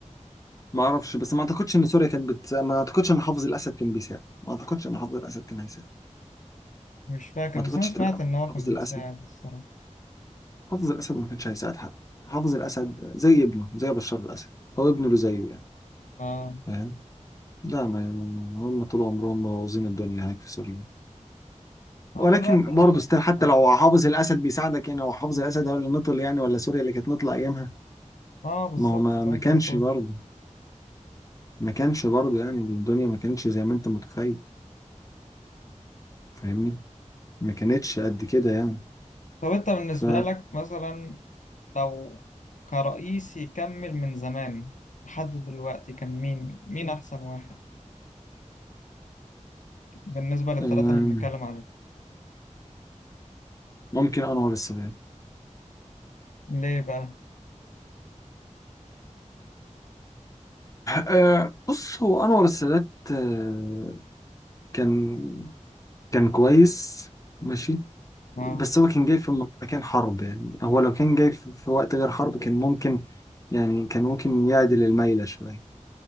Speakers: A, on the left; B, on the left.
A: ما اعرفش بس ما اعتقدش ان سوريا كانت بت... ما اعتقدش ان حافظ الاسد كان بيساعد ما اعتقدش ان حافظ الاسد كان هيساعد
B: مش فاكر
A: ما
B: بس
A: اعتقدش
B: أنا سمعت
A: تماما
B: إن هو
A: ان حافظ
B: كان بيساعد
A: الاسد
B: الصراحة
A: حافظ الاسد ما كانش هيساعد حد حافظ الاسد زي ابنه زي بشار الاسد هو ابنه اللي زيه يعني
B: آه
A: فاهم لا ما هم طول عمرهم مبوظين الدنيا هناك في سوريا
B: آه،
A: ولكن
B: دلوقتي
A: برضه
B: مش أحسن
A: ستيل حتى
B: آه
A: لو حافظ الاسد بيساعدك يعني هو حافظ الاسد هو اللي نطل يعني ولا سوريا اللي كانت نطلة ايامها
B: آه بالظبط
A: ما هو ما
B: زي
A: ما
B: ما أنت
A: كانش
B: بتقول
A: برضه ما كانش برضه يعني الدنيا ما كانتش زي ما انت متخيل فاهمني ما كانتش قد كده يعني
B: طب أنت بالنسبة
A: ف
B: لك مثلا لو كرئيس يكمل من زمان لحد دلوقتي كان مين مين أحسن واحد بالنسبة للثلاثة
A: آم،
B: اللي بنتكلم عليهم
A: ممكن انور السادات
B: ليه بقى
A: آه، بص هو انور السادات آه، كان كان كويس ماشي بس
B: آه
A: هو كان جاي في م- مكان حرب يعني هو لو كان جاي في في وقت غير حرب كان ممكن يعني كان ممكن يعدل الميلة شوية